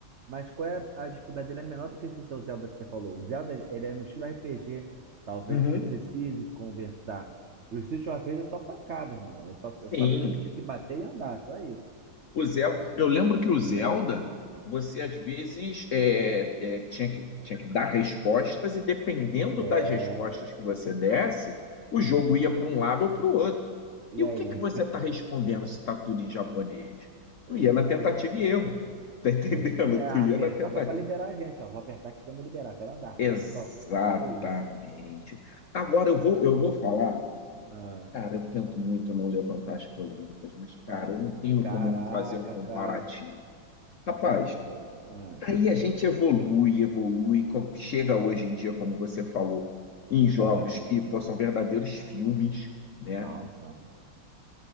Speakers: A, on the right; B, on the left.
A: Mas qual é a dificuldade? Ele é menor do que esse seu Zelda que você falou. O Zelda, ele é no estilo RPG. Talvez
B: Uhum.
A: você precise conversar. O Street of Rage é só pancada, irmão. Eu só,
B: Sim.
A: eu sabia que eu tinha que bater e andar, só isso.
B: O Zel... Eu lembro que o Zelda, você às vezes é, é, tinha que, tinha que dar respostas, e dependendo
A: É,
B: das respostas que você desse, o jogo ia para um lado ou para o outro.
A: e
B: E
A: aí?
B: o que que você está respondendo se está tudo em japonês?
A: Eu
B: Tu
A: não
B: ia na
A: sei.
B: tentativa e erro. <laughs> Tá entendendo?
A: A gente é,
B: Tu
A: apertava
B: ia na tentativa.
A: pra liberar a gente, ó. Vou apertar aqui pra me liberar. Quero andar,
B: Exatamente.
A: vai no sol. Quero ir.
B: Agora eu vou, eu vou falar.
A: Ah,
B: Cara, eu tento muito não levantar as polêmicas, mas, cara,
A: ó.
B: eu não tenho
A: Caraca,
B: como não fazer um comparativo.
A: cara.
B: Rapaz,
A: Já começou. Ah,
B: aí a gente evolui, evolui, com- chega hoje em dia, como você falou, em jogos
A: ah.
B: que, pô, são verdadeiros filmes, né?
A: Sal, sal.